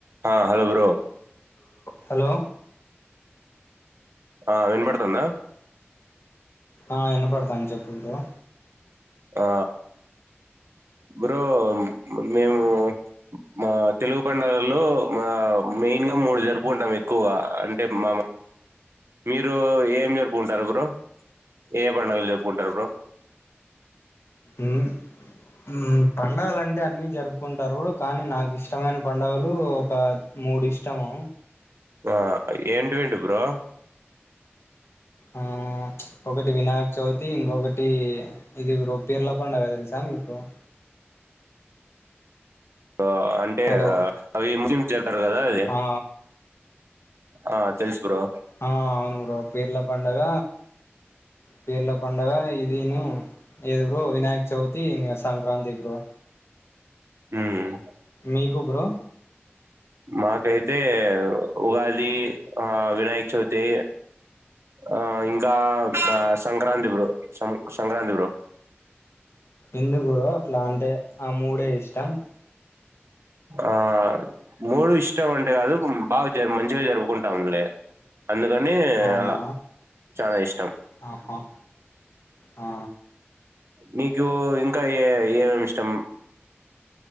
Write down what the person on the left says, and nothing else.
హలో
ఆ వినపడుతోంది చెప్పు బ్రో
ఉమ్ ఉమ్ పండుగలు అంటే అన్ని జరుపుకుంటారు కానీ నాకు ఇష్టమైన పండుగలు ఒక మూడు ఇష్టము
ఆ ఒకటి వినాయక్ చవితి ఇంకొకటి ఇది బ్రో పీర్ల పడుగ తెలుసా మీకు అ
హలో
ఆ
ఆ అవును బ్రో పేర్ల పడుగ పీర్ల పడుగ ఇది ఏడుగురు వినాయక చవితి సంక్రాంతి గురు
మీకు బ్రో
ఎందు గురు అట్లా అంటే ఆ మూడే ఇష్టం
అవునా
ఆహా ఆ